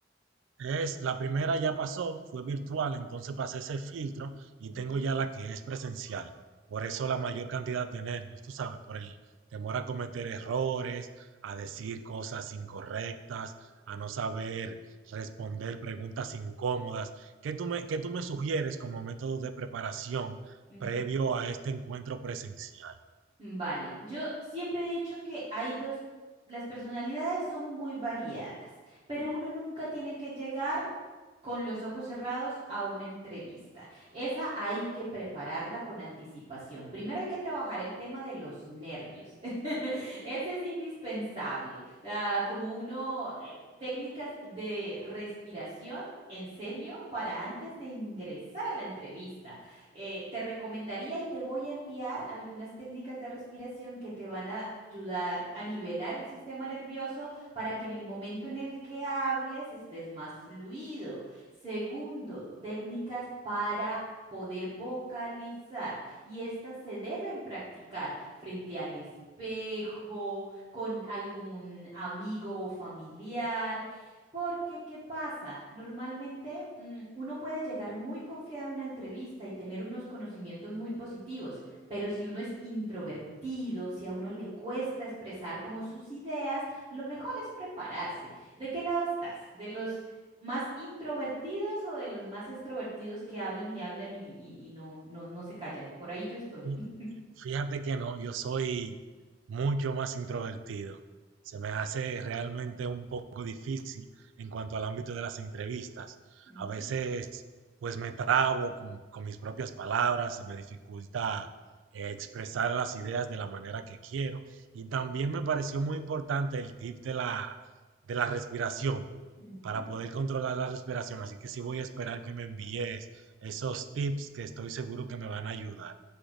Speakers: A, on the right; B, on the right.
A: Es, la primera ya pasó, fue virtual, entonces pasé ese filtro y
B: Ujú,
A: tengo ya la que es presencial. Por eso la mayor cantidad de nervios, tú sabes, por el temor a cometer errores, a decir cosas incorrectas, a no saber responder preguntas incómodas. ¿Qué tú me, qué tú me sugieres como método de preparación
B: ujú.
A: previo a este encuentro presencial?
B: Vale, yo siempre he dicho que hay dos, las personalidades son muy variadas, pero uno nunca tiene que llegar con los ojos cerrados a una entrevista. Esa hay que prepararla con anticipación. Primero hay que trabajar el tema de los nervios. <laughs> Ese es indispensable. Ah, como uno, eh, técnicas de respiración. En serio, para antes de ingresar a la entrevista eh, te recomendaría y te voy a enviar algunas técnicas de respiración que te van a ayudar a nivelar el sistema nervioso para que en el momento en el que hables estés más fluido. Segundo, técnicas para poder vocalizar y estas se deben practicar frente al espejo, con algún amigo o familiar. Porque, ¿qué pasa? Normalmente mm, uno puede llegar muy confiado a una entrevista y tener unos conocimientos muy positivos, pero si uno es introvertido, si a uno le cuesta expresar como sus ideas, lo mejor es prepararse. ¿De qué lado estás? ¿De los más introvertidos o de los más extrovertidos que hablan y hablan y, y- y no, no, no se callan? Por ahí yo estoy.
A: Y
B: <laughs>
A: Fíjate que no, yo soy mucho más introvertido. Se me hace realmente un poco difícil en cuanto al ámbito de las entrevistas.
B: Ujú,
A: A veces, pues me trabo con, con mis propias palabras, se me dificulta eh, expresar las ideas de la manera que quiero. Y también me pareció muy importante el tip de la, de la respiración,
B: ujú.
A: para poder controlar la respiración. Así que sí voy a esperar que me envíes esos tips que estoy seguro que me van a ayudar.